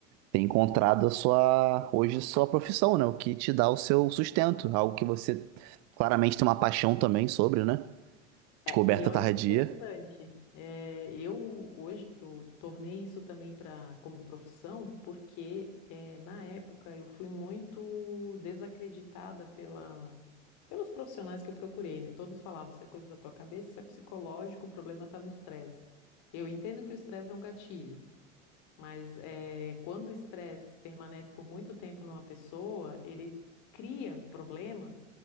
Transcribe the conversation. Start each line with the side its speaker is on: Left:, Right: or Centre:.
Right: ter encontrado a sua, hoje, sua profissão, né? O que te dá o seu sustento, algo que você claramente tem uma paixão também sobre, né?
Left: É,
Right: Descoberta
Left: e olha
Right: tardia.
Left: que interessante. É, eu hoje eu tornei isso também para como profissão, porque é, na época eu fui muito desacreditada pela, pelos profissionais que eu procurei, né? Todos falavam, isso é coisa da tua cabeça, isso é psicológico, o problema está no estresse. Eu entendo que o estresse é um gatilho, mas eh, quando o estresse permanece por muito tempo numa pessoa, ele cria problemas